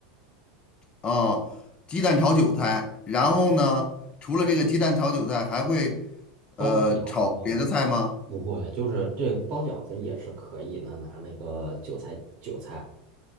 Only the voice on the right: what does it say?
包饺子呢，
不会，就是这个包饺子也是可以呢，拿那个韭菜韭菜，